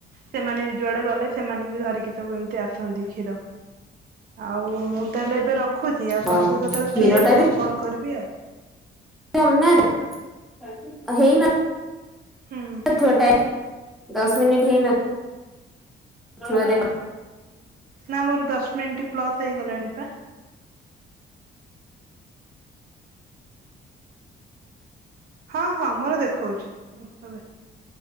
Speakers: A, on the right; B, in the centre.
A: ସେମାନେ ବି ଯୁଆଡେ ଗଲେ ସେମାନେ ବି ଧରିକି ସବୁ ଏମ୍ ତି ଆସନ୍ତି କ୍ଷୀର ଆଉ ମୁଁ ତାହେଲେ ଏବେ ର ଖୁଛି ଆଉ
B: ହଁ
A: ତମୁକୁ କେତେବେଳେ
B: କ୍ଷୀର
A: ଫ୍ରି ହେଲେ କଲ୍ କରିବି ଆଉ।
B: ଏ ଅମ୍ନାର୍ ହେଇ ନା
A: ହୁଁ।
B: ତ ଟେନ ଦଶ ମିନିଟ ହେଇନଥିବ ଦେଖ
A: ନା ମୋର ଦଶ ମିନିଟ୍ ପ୍ଲସ୍ ହେଇଗଲାଣିି ପା। ହଁ ହଁ ମୋର ଦେଖଉଛି ଏବେ।